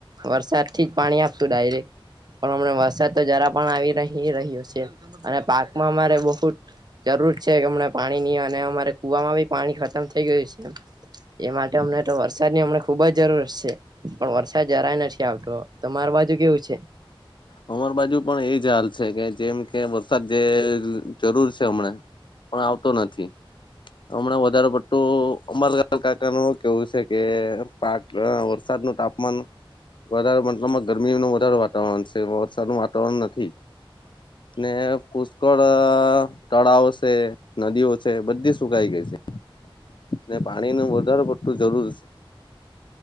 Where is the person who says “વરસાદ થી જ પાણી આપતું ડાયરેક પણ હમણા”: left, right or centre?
Right